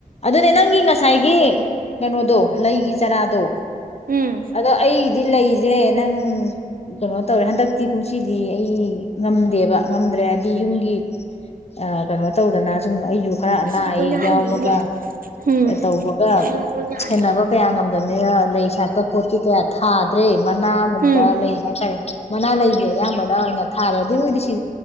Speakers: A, on the left; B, on the right.
A: ꯑꯗꯨꯅꯅ ꯅꯪꯒꯤ ꯉꯁꯥꯏꯒꯤ ꯀꯩꯅꯣꯗꯣ ꯂꯩꯒꯤ ꯆꯔꯥꯗꯣ
B: ꯎꯝ
A: ꯑꯗꯣ ꯑꯩꯗꯤ ꯂꯩꯁ ꯏꯁꯦ ꯅꯪ ꯀꯩꯅꯣ ꯇꯧꯔꯦ ꯍꯟꯗꯛꯇꯤ ꯀꯨꯝꯁꯤꯗꯤ ꯑꯩ ꯉꯝꯗꯦꯕ ꯉꯝꯗ꯭ꯔꯦ ꯑ ꯌꯨꯝꯒꯤ ꯑ ꯀꯩꯅꯣ ꯇꯧꯗꯅ ꯁꯨꯝ ꯑꯩꯁꯨ ꯈꯔ
B: ꯃꯁꯤꯗꯤ
A: ꯑꯅꯥ
B: ꯑꯣꯏꯅ
A: ꯑꯌꯦꯛ
B: ꯍꯩꯅꯩꯅꯦ
A: ꯌꯥꯎꯕꯒ
B: ꯎꯝ
A: ꯇꯧꯕꯒ
B: ꯍꯌꯦꯡ ꯑꯣꯏꯅꯥꯅꯤ
A: ꯁꯦꯟꯅꯕ ꯀꯌꯥ ꯉꯝꯗꯕꯅꯤꯅ ꯂꯩ ꯁꯥꯠꯄ ꯄꯣꯠꯤ ꯀꯌꯥ ꯊꯥ ꯇ꯭ꯔꯦ ꯃꯅꯥꯒꯨꯝꯕ
B: ꯎꯝ
A: ꯂꯩ ꯍꯥꯏꯇꯥꯔꯦ ꯃꯅꯥ ꯂꯩꯁ ꯑꯌꯥꯝꯕꯅ ꯑꯣꯏꯅ ꯊꯥꯔꯦ ꯑꯗꯨꯏ ꯃꯣꯏꯗꯤ ꯁꯤ